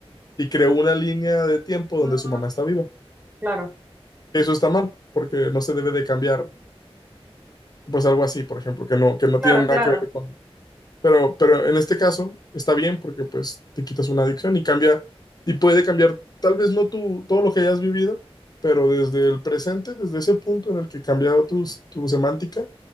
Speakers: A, on the left; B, on the right.
A: y creó una línea de tiempo
B: Ujú,
A: donde su mamá está viva.
B: Claro, ujú,
A: Eso está mal, porque no se debe de cambiar, pues algo así, por ejemplo, que no, que no
B: claro,
A: tiene
B: claro.
A: nada que ver con... Pero, pero en este caso está bien porque pues te quitas una adicción y cambia, y puede cambiar tal vez no tú todo lo que hayas vivido, pero desde el presente, desde ese punto en el que cambiado tu, tu semántica,